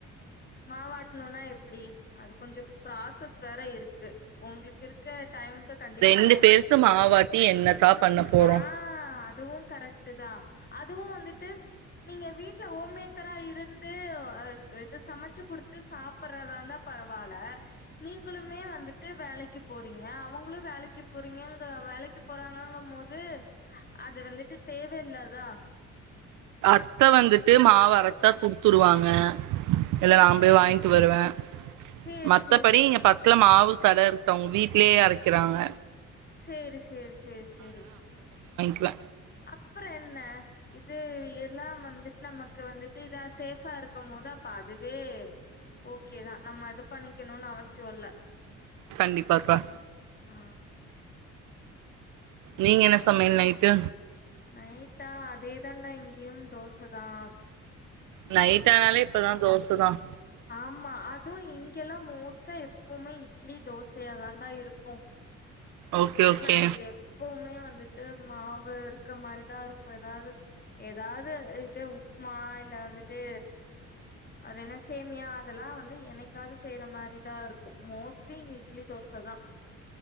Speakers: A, on the left; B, on the right.
A: மாவாட்டணுனா எப்டி அது கொஞ்ச ப்ராசஸ் வேற இருக் க் உங்களுக்கு இருக்க டைம்க்கு கண்டிப்பா ட
B: ரெண்டு பேருக் மாவாட்டி என்னக்கா பண்ண போறோம்
A: ஆ அதுவும் கரெக்ட் தான் அதுவும் வந்துட்டு நீங்க வீட்டுல ஹோமேக்கரா இருந்து இத சமைச்சு குடுத்து சாப்படுறதாந்தான் பரவாயில்ல நீங்களுமே வந்துட்டு வேலைக்கு போறீங்க அவங்களும் வேலை போறீங்கங்க வேலைக்கு போறாங்கங்கும் போது அது வந்துட்டு தேவையில்லாதான்
B: அத்த வந்துட்டு மாவு அரைச்சா குடுத்துட்டுருவாங்க
A: சேரி
B: இல்லநா போய்
A: சேரி
B: வாங்கிட்டு வருவேன்
A: சேரி
B: மத்தபடி
A: சேரி
B: இங்க பக்த்ல மாவு சரி தஇருக்கு அவுங்க வீட்லேயே அரைக்கிறாங்க
A: சேரி சேரி சேர் சேரி
B: ப்ல
A: அப்புறம் என்ன இது எல்லாம் வந்துட்டு நமக்கு வந்துட்டு இதான் சேஃபா இருக்கும் போது அப்ப அதுவே ஓகேதான் நம்ம இது பண்ணிக்கணுன்னு அவசிய இல்ல
B: கண்டிப்பாப்பா
A: அ
B: நீங்க என்ன சமையல் நைட்டு
A: நைட்டா அதே தாண்டா இங்கியும் தோசதான்
B: நைட் ஆனாலே இப்பதா தோசதான்
A: ஆமா அதுவு இங்கெல்லா மோஸ்ட்டா எப்பவுமே இட்லி தோசையா தாண்டா இருக்கு
B: ஓகே ஓகே
A: நான் இங்க எப்பவுமே வந்துட்டு மாவ் வு இருக்கிற மாதிரிதான் இருக்கு ஏதாவது ஏதாவது இது உப்புமா இல்ல வந்துட்டு அது என்ன சேமியா அதெல்லா வந்து என்ணைக்காவது செய்யற மாதிரிதா இருக்கு மோஸ்ட்லி இங்க இட்லி தோசை தா